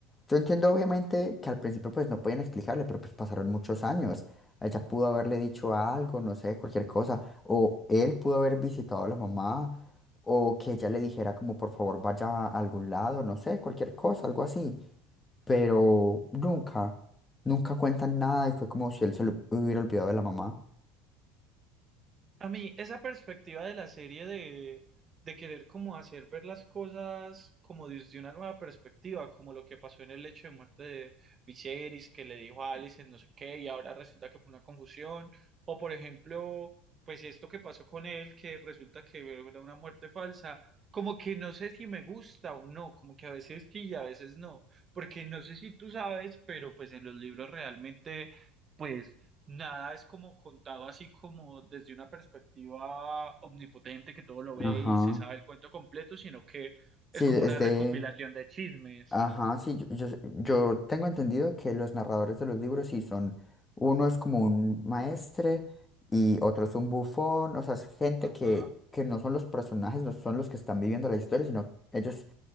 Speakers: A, on the left; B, on the right.
A: yo entiendo obviamente que al principio pues no podían explicarle, pero pues pasaron muchos años. Ella pudo haberle dicho algo, no sé, cualquier cosa, o él pudo haber visitado a la mamá, o que ella le dijera como por favor vaya a algún lado, no sé, cualquier cosa, algo así. Pero nunca, nunca cuentan nada y fue como si él se lo hubiera olvidado de la mamá.
B: A mí, esa perspectiva de la serie de, de querer como hacer ver las cosas como desde una nueva perspectiva, como lo que pasó en el hecho de muerte de Viserys, que le dijo a Alicent no sé qué, y ahora resulta que fue una confusión, o por ejemplo, pues esto que pasó con él, que resulta que era una muerte falsa, como que no sé si me gusta o no, como que a veces sí y a veces no, porque no sé si tú sabes, pero pues en los libros realmente... Pues Nada es como contado así como desde una perspectiva omnipotente que todo lo ve
A: Ajá.
B: y se sabe el cuento completo, sino que
A: Sí,
B: es
A: es
B: como una
A: de...
B: recopilación de chismes.
A: Ajá, sí, yo, yo, yo tengo entendido que los narradores de los libros sí son... Uno es como un maestre y otro es un bufón, o sea, es gente
B: Ajá,
A: que, que no son los personajes, no son los que están viviendo la historia, sino ellos